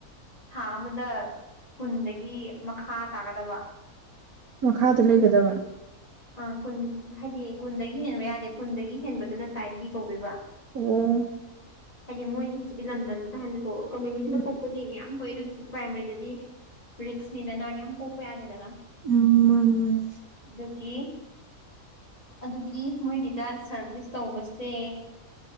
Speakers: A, on the left (about 25°); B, on the right (about 80°).
A: ꯊꯥ ꯑꯃꯗ ꯀꯨꯟꯗꯒꯤ ꯃꯈꯥ ꯇꯥꯒꯗꯕ
B: ꯃꯈꯥꯗ ꯂꯩꯒꯗꯕ
A: ꯑꯥ ꯀꯨꯟ ꯍꯥꯏꯗꯤ ꯀꯨꯟꯗꯒꯤ ꯍꯦꯟꯕ ꯌꯥꯗꯦ ꯀꯨꯟꯗꯒꯤ ꯍꯦꯟꯕꯗꯨꯅ ꯇꯥꯏꯞ ꯕꯤ ꯀꯧꯗꯣꯏꯕ
B: ꯎꯝ
A: ꯍꯥꯏꯗꯤ ꯃꯣꯏꯒꯤ ꯍꯧꯖꯤꯛꯀꯤ ꯂꯝꯗꯝꯗꯨꯗ ꯍꯥꯏꯕꯅꯦꯀꯣ ꯀꯝꯃ꯭ꯌꯨꯅꯤꯇꯤꯗ
B: ꯎꯝ
A: ꯄꯣꯛꯄꯗꯤ ꯃꯌꯥꯝ ꯄꯣꯛꯑꯦ ꯑꯗꯨ ꯑꯣꯏꯗ ꯄ꯭ꯔꯥꯏꯃꯥꯔꯤꯗꯗꯤ ꯔꯤꯛꯁꯅꯤꯗꯅ ꯌꯥꯝ ꯄꯣꯛꯄ ꯌꯥꯗꯦꯗꯅ ꯑꯗꯨꯗꯒꯤ
B: ꯎꯝ ꯃꯥꯅꯦ ꯃꯥꯅꯦ
A: ꯑꯗꯨꯒꯤ ꯃꯣꯏꯒꯤꯗ ꯁꯥꯔꯚꯤꯁ ꯇꯧꯕꯁꯦ